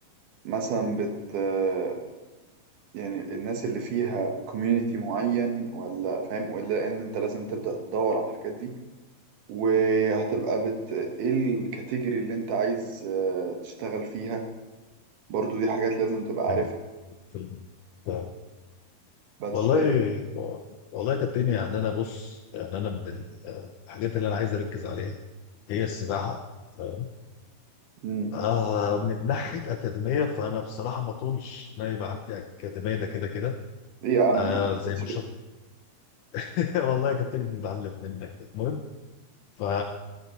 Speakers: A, on the right; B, on the left.
A: مثلا بت آه، يعني الناس اللي فيها كوميونيتي معين ولا فاهم ولا ان انت لازم تبدأ تدور على الحاجات دي وهتبقى بت ايه الكاتيجوري اللي انت عايز آه، تشتغل فيها برضو دي حاجات لازم تبقى عارفها
B: يعني في الم- آه.
A: بس
B: والله
A: آه،
B: والله يا كابتن يعني انا بص يعني انا من ال- آه، الحاجات اللي انا عايز اركز عليها هي السباحه فاهم
A: مم.
B: آه من ناحيه اكاديميه فانا بصراحه ما طولش ان أنا يبقى عندي اكاديميه ده كده كده
A: ايه يا عم
B: آه زي
A: بس
B: ما شاء
A: كده
B: <laughs> والله يا كابتن بنتعلم منك المهم ف